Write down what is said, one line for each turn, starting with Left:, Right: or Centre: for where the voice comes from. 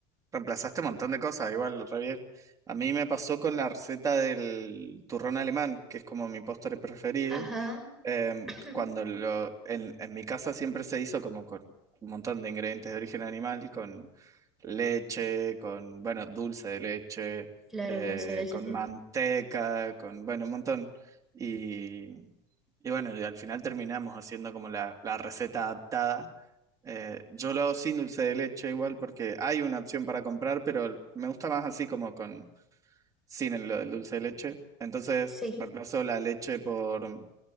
Right: Reemplazaste un montón de cosas, igual, re bien. A mí me pasó con la receta del turrón alemán, que es como mi postre preferido.
Centre: Ajá.
Right: Em,
Centre: <clears throat>
Right: cuando lo, en, en mi casa siempre se hizo como con un montón de ingredientes de origen animal, con leche, con, bueno, dulce de leche,
Centre: Claro,
Right: eh,
Centre: el dulce de leche
Right: con
Centre: tiene.
Right: manteca, con, bueno, un montón. Y, y bueno, y al final terminamos haciendo como la, la receta adaptada eh, yo lo hago sin dulce de leche igual porque hay una opción para comprar, pero me gusta más así como con sin el- lo del dulce de leche. Entonces
Centre: Sí.
Right: reemplazo la leche por